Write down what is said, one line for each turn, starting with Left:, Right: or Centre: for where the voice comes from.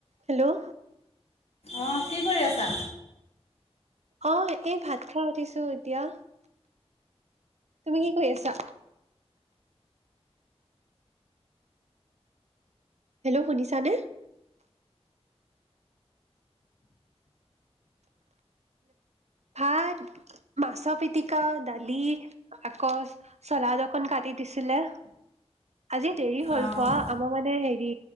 Right: হেল্ল'অ,
Left: অ' কি কৰি আছা?
Right: অহ, এই ভাত খাই উঠিছো এতিয়া তুমি কি কৰি আছা? হেল্ল' শুনিছানে? ভাত - মাছৰ, পিতিকা -দালি আকৌ চালাদ অকণ কাটি দিছিলে। আজি দেৰি হ'ল
Left: অঁ
Right: খোৱা আমাৰ মানে হেৰি,